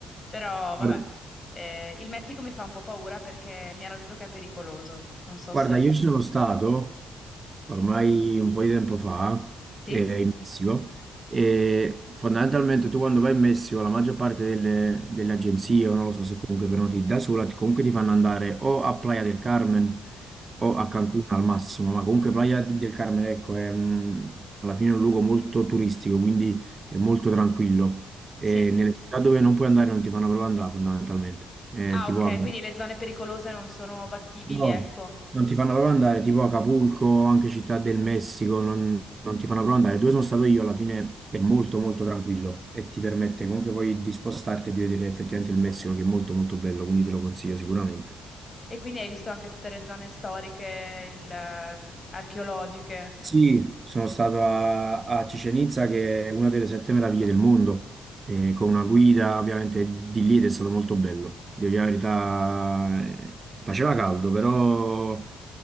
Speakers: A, on the left; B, on the right.
A: Però, vabbè,
B: Guarda,
A: eh, il Messico mi fa un po' paura perché mi hanno detto che è pericoloso. Non so
B: guarda,
A: se.
B: io ci sono stato
A: Sì?
B: ormai un po' di tempo fa,
A: Sì?
B: eh, in Messico, e fondamentalmente tu quando vai in Messico la maggior parte delle, delle agenzie, o non lo so se comunque prenoti da sola, ti- comunque ti fanno andare o a Playa del Carmen o
A: Sì.
B: a Cancun al massimo, ma comunque Playa del Carmen, ecco, è un- alla fine è un luogo molto turistico, quindi è molto tranquillo. E
A: Sì.
B: nelle città dove non puoi andare non ti fanno proprio andare fondamentalmente, Eh,
A: Ah,
B: tipo
A: ok,
B: a Cancun.
A: quindi le zone pericolose non sono battibili,
B: No,
A: ecco.
B: non ti fanno proprio andare, tipo Acapulco, anche Città del Messico, non, non ti fanno proprio andare. Dove sono stato io, alla fine è molto molto tranquillo e ti permette comunque poi di spostarti e di vedere effettivamente il Messico che è molto molto bello, quindi te lo consiglio sicuramente.
A: E quindi hai visto anche tutte le zone storiche, il- archeologiche.
B: Sì, sono stato a, a Chichén Itzá, che è una delle sette meraviglie del mondo, e
A: Fantastico.
B: con una guida ovviamente di lì ed è stato molto bello. Devo dire la verità, eh, faceva caldo, però